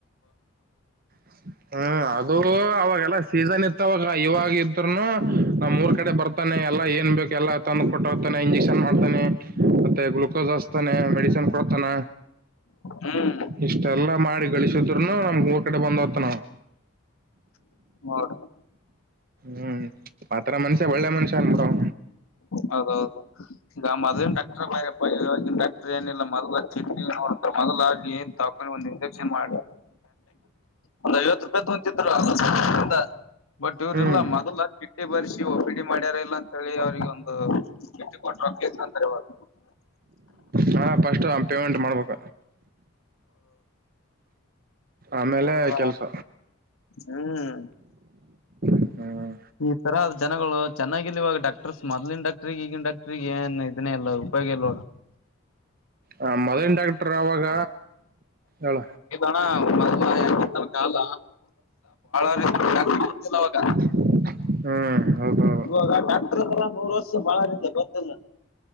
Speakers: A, on the right; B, on the left.
A: <inaudible> ಹ್ಮ್ ಅದೂ ಅವಾಗೆಲ್ಲ ಸೀಸನ್ ಇತ್ತವಾಗ ಇವಾಗ್ ಇದ್ರುನು ನಮ್ಮೂರ್ ಕಡೆ ಬರ್ ತನೆ ಎಲ್ಲ ಏನ್ ಬೇಕ್ ಎಲ್ಲ ತಂದ್ ಕೊಟ್ಟು ಹೋಗ್ತಾನೆ ಇಂಜೆಕ್ಷನ್ ಮಾಡ್ತಾನೆ. ಮತ್ತೆ ಗುಲ್ಕೋಸ್ ಹಸ್ತಾನೆ ಮೆಡಿಷನ್ ಕೊಡ್ತಾನ.
B: ಹ್ಮ್
A: ಇಷ್ಟೆಲ್ಲಾ ಮಾಡಿ ಗಳಿಸಿದ್ರುನು ನಮ್ಮೂರ್ ಕಡೆ ಬಂದ್ ತನವಾ.
B: ನೋಡ
A: ಹ್ಮ್ ಪಾತ್ರ ಮನ್ಷ ಒಳ್ಳೆ ಮನುಷ್ಯನ್ಬುಡ್ ಅವ.
B: ಹೌದೌದು ಈಗ ಮೊದ್ಲಿನ್ ಡಾಕ್ಟ್ರ್ ಬುಡಯಪ್ಪ ಇವಾಗಿನ್ ಡಾಕ್ಟ್ರ್ ಏನಿಲ್ಲ <unintelligible> ಮೊದಲಾಗಿ ಏನ್ ತಾಕೊಂಡು ಒಂದ್ ಇಂಜೆಕ್ಷನ್ ಮಾಡಿ ಒಂದ್ ಐವತ್ ರೂಪಾಯಿ ತೊಂತಿದ್ರು <unintelligible> ಬಟ್ ಇವ್ರ್
A: ಹ್ಮ್
B: ಇಲ್ಲ ಮೊದಲ ಚಿಟ್ಟಿ ಬರ್ಸಿ ಒಬಿಡಿ ಮಾಡ್ಯಾರ ಇಲ್ಲ ಅಂತ ಹೇಳಿ ಅವ್ರಿಗೆ ಒಂದ್ ಕೆಟ್ಟ ಕೊಂಡ್ರೋಕ್ ಎಷ್ಟ್ ಅಂತಾರೆ ಇವಾಗ.
A: ಹಾಂ ಪಸ್ಟ್ ಅ ಪೇಮೆಂಟ್ ಮಾಡ್ಬೇಕ. ಆಮೇಲೆ
B: ಅಲ್ಲ
A: ಕೆಲ್ಸ
B: ಹ್ಮ್.
A: ಹ್ಮ್.
B: ಈ ತರ ಅದ್ ಜನಗಳು ಚೆನ್ನಾಗಿಲ್ವಾಗ ಡಾಕ್ಟರ್ಸ್ ಮೊದ್ಲಿನ್ ಡಾಕ್ಟ್ರಿಈಗಿನ್ ಡಾಕ್ಟ್ರಿಗ್ ಏನ್ ಇದನ್ನೇ ಇಲ್ಲ ಪೈಗೆ ಎಲ್ ಹೋದ.
A: ಆ ಮೊದ್ಲಿನ್ ಡಾಕ್ಟ್ರ್ ಅವಾಗ ಹೇಳ.
B: ಅಣ್ಣಾ ಮೊದ್ಲು ಹೆಂಗ್ ಇತ್ತು ಕಾಲ <unintelligible> ಅವಾಗ
A: ಹ್ಮ್. ಹೌದೌದು
B: ಇವಾಗ ಡಾಕ್ಟಾರ್ಸ್ ಎಲ್ಲಾ ಮೂರ್ ವರ್ಷ್ ಬಾಳಾರಿಂದ ಗೊತ್ತಿಲ್ಲ.